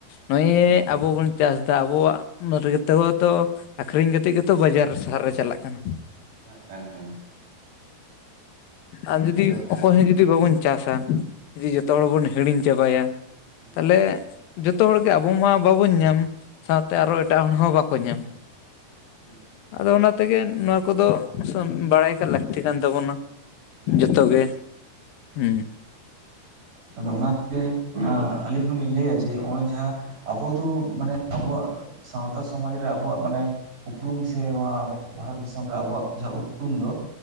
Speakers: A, on the left; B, on the right.
A: ᱱᱚᱜᱼᱚᱭ
B: ᱦᱩᱸ
A: ᱟᱵᱚ ᱵᱚᱱ ᱪᱟᱥᱫᱟ, ᱟᱵᱚᱣᱟᱜ-ᱟ ᱨᱮᱜᱮᱛᱮ ᱛᱚ ᱟᱠᱷᱨᱤᱧ ᱠᱟᱛᱮᱫ ᱜᱮᱛᱚ, ᱵᱟᱡᱟᱨ ᱥᱟᱦᱟᱨ ᱨᱮ ᱪᱟᱞᱟᱜ ᱠᱟᱱᱟ᱾
B: ᱦᱮᱸ, ᱦᱮᱸ, ᱦᱮᱸ᱾
A: ᱟᱨ ᱡᱩᱫᱤ
B: ᱟᱫᱚ ᱦᱮᱸ
A: ᱚᱠᱚᱭ ᱦᱚᱸ ᱡᱩᱫᱤ ᱵᱟᱵᱚᱱ ᱪᱟᱥᱟ, ᱡᱚᱛᱚ ᱦᱚᱲ ᱵᱚᱱ ᱦᱤᱲᱤᱧ ᱪᱟᱵᱟᱭᱟ᱾
B: ᱦᱮᱸ
A: ᱛᱮ
B: <inaudible> <inaudible>
A: ᱡᱚᱛᱚ ᱦᱚᱲᱜᱮ ᱟᱵᱚ ᱢᱟ ᱵᱟᱵᱚᱱ ᱧᱟᱢ, ᱥᱟᱶᱛᱮ
B: ᱦᱩᱸ
A: ᱟᱨ ᱦᱚᱸ ᱮᱴᱟᱜ ᱦᱚᱲ ᱦᱚᱸ ᱵᱟᱠᱚ ᱧᱟᱢᱟ᱾
B: ᱦᱩᱸ <inaudible>
A: ᱟᱫᱚ ᱚᱱᱟ ᱛᱮᱜᱮ ᱱᱚᱣᱟ ᱠᱚᱫᱚ, ᱵᱟᱲᱟᱭ ᱠᱟᱜ ᱞᱟᱹᱠᱛᱤ ᱠᱟᱱ ᱛᱟᱵᱚᱱᱟ᱾
B: ᱦᱩᱸ
A: ᱡᱚᱛᱚ
B: ᱦᱩᱸ
A: ᱜᱮ ᱦᱩᱸ᱾
B: ᱟᱫᱚ ᱚᱱᱟᱛᱮ ᱟᱹᱞᱤᱧ ᱦᱚᱸᱞᱤᱧ ᱞᱟᱹᱭᱟ ᱡᱮ, ᱱᱚᱜᱼᱚᱭ ᱡᱟᱦᱟᱸ ᱟᱵᱚ ᱫᱚ, ᱢᱟᱱᱮ ᱟᱵᱚᱣᱟᱜ ᱥᱟᱶᱛᱟ ᱥᱚᱢᱟᱡᱽ ᱨᱮ, ᱟᱵᱚᱣᱟᱜ ᱢᱟᱱᱮ ᱩᱯᱨᱩᱢ ᱥᱮ, ᱱᱚᱣᱟ ᱟᱵᱚ ᱵᱷᱟᱨᱚᱛ ᱫᱤᱥᱚᱢ ᱨᱮ, ᱟᱵᱚᱣᱟᱜ ᱡᱟᱦᱟᱸ ᱩᱯᱨᱩᱢ ᱫᱚ,